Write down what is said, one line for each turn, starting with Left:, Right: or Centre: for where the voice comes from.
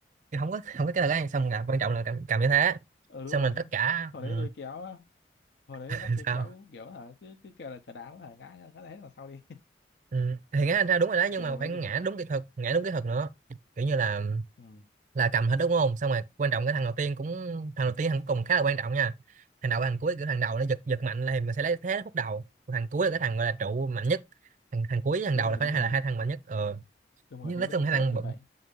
Right: thì không có không có cái là xong là quan trọng là cầm, cầm như thế
Left: ừ đúng
Right: xong
Left: rồi
Right: là tất cả
Left: hồi
Right: ừ,
Left: đấy tôi kéo á, hồi đấy
Right: <laughs>
Left: nó tôi
Right: sao
Left: kéo cũng kiểu hả cứ cứ kêu là cờ đám hả ngã ngã ngã hết vào sau đi
Right: ừ. thì ngã ra đúng rồi đó
Left: <laughs>
Right: nhưng
Left: kiểu
Right: mà
Left: như
Right: phải
Left: mấy
Right: ngã
Left: đứa
Right: đúng kỹ thuật ngã đúng kỹ thuật nữa kiểu như là
Left: ừ.
Right: là cầm hết đúng không xong rồi quan trọng cái thằng đầu tiên cũng thằng đầu tiên thằng cuối cùng khá là quan trọng nha thằng đầu thằng cuối kiểu thằng đầu nó giật giật mạnh là thì mình sẽ lấy thế khúc đầu Còn thằng cuối là cái thằng gọi là trụ mạnh nhất thằng thằng cuối với thằng
Left: đúng
Right: đầu
Left: rồi
Right: là phải
Left: đúng
Right: là
Left: rồi
Right: hai thằng mạnh nhất ờ
Left: đúng rồi
Right: nhưng
Left: thấy
Right: nói
Left: nó
Right: chung
Left: cũng
Right: hai
Left: xếp
Right: thằng
Left: kiểu vậy